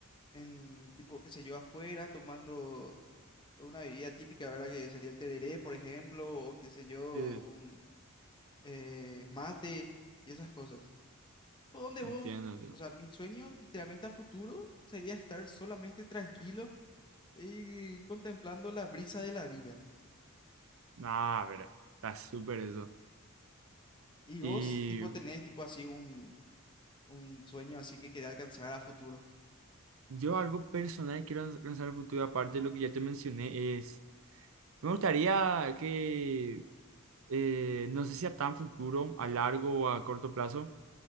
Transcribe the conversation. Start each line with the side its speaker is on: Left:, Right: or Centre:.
Left: en, tipo, qué sé yo, afuera tomando una bebida típica, ¿verdad? Que sería el tereré, por ejemplo, o qué sé yo,
Right: Sí,
Left: un eh, mate y esas cosas. ¿Por dónde
Right: entiendo,
Left: vos?
Right: entiendo.
Left: O sea, mi sueño literalmente a futuro sería estar solamente tranquilo y contemplando la brisa de la vida.
Right: Nah, pero está súper eso.
Left: Y
Right: Y
Left: vos, tipo, tenés tipo así un, un sueño así que querés alcanzar a futuro.
Right: yo algo personal que quiero lanz- lanzar al futuro, aparte de lo que ya te mencioné, es, me gustaría que, eh, no sé si a tan futuro, a largo o a corto plazo,